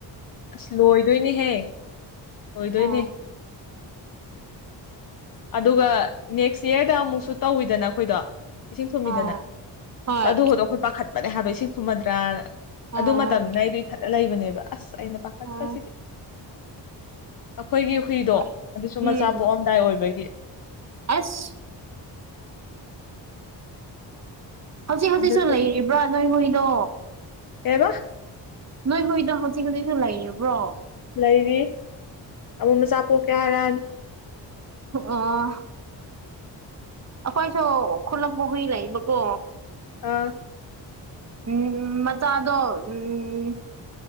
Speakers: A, on the left; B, on the right.
A: ꯑꯁ ꯂꯣꯏꯗꯣꯏꯅꯦꯍꯦ ꯂꯣꯏꯗꯣꯏꯅꯦ
B: ꯑꯥ
A: ꯑꯗꯨꯒ ꯅꯦꯛꯁ ꯌꯌꯥꯔꯗ ꯑꯃꯨꯛꯁꯨ ꯇꯧꯋꯤꯗꯅ ꯑꯩꯈꯣꯏꯗꯣ ꯏꯁꯤꯡ ꯊꯨꯝꯃꯤꯗꯅ
B: ꯑꯥ ꯍꯣꯏ
A: ꯑ ꯑꯗꯨꯕꯨꯗꯣ ꯑꯩꯈꯣꯏ ꯄꯥꯈꯠꯄꯅꯦ ꯍꯥꯏꯕ ꯏꯁꯤꯡ ꯊꯨꯝꯃꯗ꯭ꯔꯥꯅ
B: ꯑꯥ
A: ꯑꯗꯨ ꯃꯇꯝꯅ ꯑꯩꯗꯤ ꯏ ꯊꯠꯅ ꯂꯩꯕꯅꯦꯕ ꯑꯁ ꯑꯩꯅ ꯄꯥꯈꯠꯄꯁꯤꯗꯤ
B: ꯎꯝ
A: ꯑꯩꯈꯣꯏꯒꯤ ꯍꯨꯏꯗꯣ
B: ꯍꯣꯏ
A: ꯑꯗꯨꯁꯨ
B: ꯎꯝ
A: ꯃꯆꯥ ꯄꯣꯛꯑꯝꯗꯥꯏ ꯑꯣꯏꯕꯒꯤ
B: ꯑꯁ ꯍꯧꯖꯤꯛ ꯍꯧꯖꯤꯛꯁꯨ
A: ꯑꯗꯨ
B: ꯂꯩꯔꯤꯕ꯭ꯔꯥ ꯅꯣꯏ ꯍꯣꯏꯗꯣ
A: ꯑꯦꯕ
B: ꯅꯣꯏ ꯍꯣꯏꯗ ꯍꯧꯖꯤꯛ ꯍꯧꯖꯤꯛꯁꯨ ꯂꯩꯔꯤꯕ꯭ꯔꯣ
A: ꯂꯩꯔꯤ ꯑꯃꯨꯛ ꯃꯆꯥ ꯄꯣꯛꯀꯦ ꯍꯥꯏꯔꯛꯅꯤ
B: ꯑꯣ ꯑꯩꯈꯣꯏꯁꯨ ꯈꯨꯂꯛꯄ ꯍꯨꯏ ꯂꯩꯏꯕꯀꯣ
A: ꯑꯥ
B: ꯎꯝ ꯃꯆꯥꯗꯣ ꯎꯝ